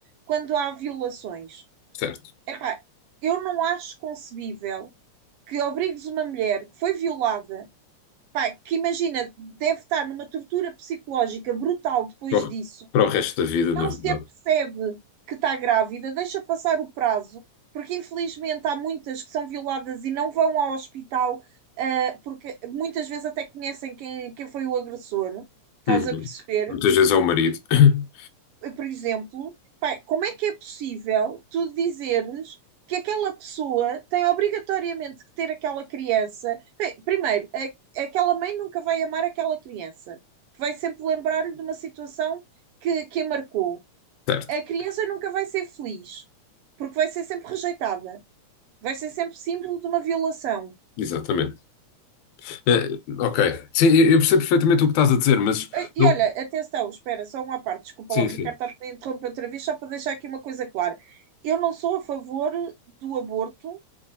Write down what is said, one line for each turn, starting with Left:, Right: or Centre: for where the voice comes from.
Right: quando há violações.
Left: Certo.
Right: Epá, eu não acho concebível que obrigues uma mulher que foi violada, pá, que imagina, deve estar numa tortura psicológica brutal depois
Left: Para o
Right: disso,
Left: para o resto da vida,
Right: não
Left: na
Right: se
Left: verdade.
Right: apercebe que está grávida, deixa passar o prazo, porque infelizmente há muitas que são violadas e não vão ao hospital, ah, porque muitas vezes até conhecem quem, quem foi o agressor, estás
Left: Uhum.
Right: a perceber?
Left: Muitas vezes é o marido. <coughs>
Right: por exemplo, pá, como é que é possível tu dizeres que aquela pessoa tem obrigatoriamente que ter aquela criança? Bem, primeiro, a- aquela mãe nunca vai amar aquela criança. Vai sempre lembrar-lhe de uma situação que, que a marcou.
Left: Certo.
Right: A criança nunca vai ser feliz, porque vai ser sempre rejeitada. Vai ser sempre símbolo de uma violação.
Left: Exatamente. Eh, ok. Sim, eu eu percebo perfeitamente o que estás a dizer, mas.
Right: E e
Left: eu-
Right: olha, atenção, espera, só uma parte, desculpa
Left: Sim,
Right: lá, Ricardo,
Left: sim.
Right: estar a interromper outra vez, só para deixar aqui uma coisa clara. Eu não sou a favor do aborto,